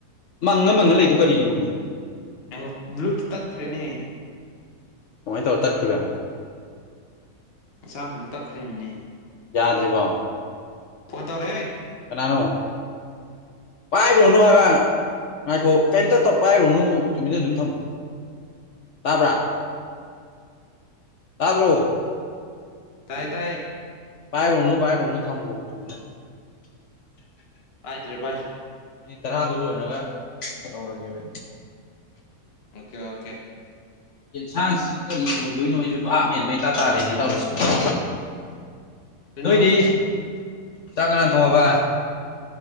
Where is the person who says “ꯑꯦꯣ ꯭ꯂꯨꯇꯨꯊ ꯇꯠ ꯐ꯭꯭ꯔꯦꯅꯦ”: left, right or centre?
Left